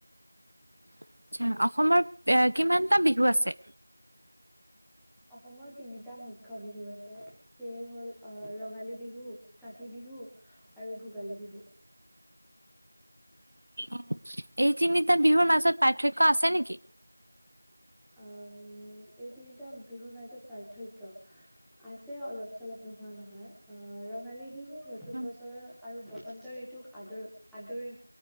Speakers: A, on the right (about 45°); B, in the centre.
A: আচ্চা অসমৰ এ কিমানটা বিহু আছে?
B: অসমৰ তিনিটা মুখ্য বিহু আছে, সেয়ে হ'ল ৰঙালী বিহু, কাতি বিহু, আৰু ভোগালী বিহু।
A: অ এই তিনিটা বিহুৰ মাজত পাৰ্থক্য আছে নেকি?
B: উ এই তিনিটা বিহুৰ মাজত পাৰ্থক্য, আছে অলপ চলপ নোহোৱা নহয় আহ ৰঙালী বিহু নতুন
A: উম,
B: বছৰ আৰু বসন্ত ঋতুক আদৰ আদৰ